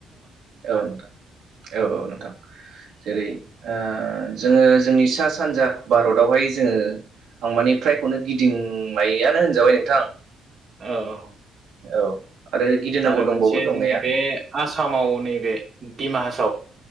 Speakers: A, on the right; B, on the right.
A: औ नोंथां औ औ नोंथां जेरै ओ ओ जोंङो जोंनि सा सानजा भारतावहाय जोंङो आं मानि फ्रायखौनो गिदिंबायानो होनजाबाय नोंथां
B: औ
A: औ आरो गिदिंनांगौ
B: आरो
A: दंबावो
B: मोनसे
A: दंनाया
B: जोंनि बे आसामाव नैबे दिडिमाहासाव